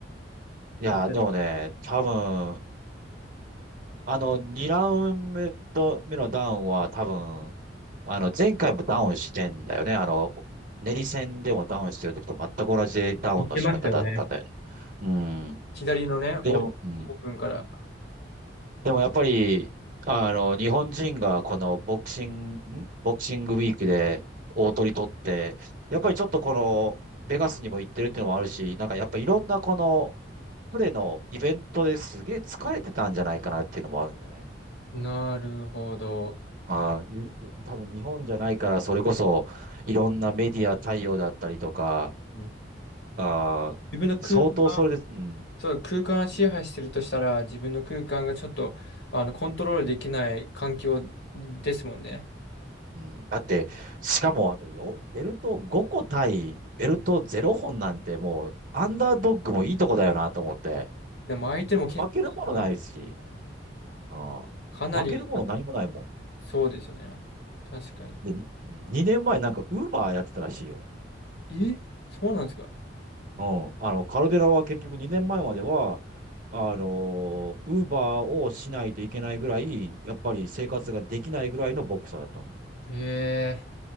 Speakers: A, on the right (about 50°); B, on the left (about 60°).
A: いや、
B: いや
A: でもね、多分、あの、2ラウンド目のダウンは多分、あの、前回もダウンしてんだよね。あの、練り戦でもダウンしてる時と全く同じダウンの仕方だったんだよね。
B: 似てましたよね。
A: うん。
B: 左のね、
A: でも、
B: オーオープンから。
A: うんでもやっぱり、あの、日本人がこのボクシング、んボクシングウィークで大取り取って、やっぱりちょっとこの、ベガスにも行ってるっていうのもあるし、なんかやっぱいろんなこの、プレのイベントですげえ疲れてたんじゃないかなっていうのもあるんだよね。
B: なるほど。
A: ああ、ゆ多分日本じゃないから、それこそいろんなメディア対応だったりとか、
B: うん
A: ああ、
B: 自分の空間、
A: 相当それで、うん。
B: そう、空間を支配してるとしたら、自分の空間がちょっと、あの、コントロールできない環境ですもんね。
A: うん、だって、しかもあとよ、ベルト5個対ベルト0本なんてもう、アンダードッグもいいとこだよなと思って、
B: でも相手も結構しんどかったですよね、
A: 負けるものないし、うん、
B: かなり、
A: 負けるもの何もないもん。
B: あそうですよね。確かに。
A: で、に、2年前なんかウーバーやってたらしいよ。
B: えそうなんですか
A: うん、あの、カルデラは結局2年前まえまでは、あのウーバーをしないといけないぐらい、やっぱり生活ができないぐらいのボクサーだったんだよ。
B: え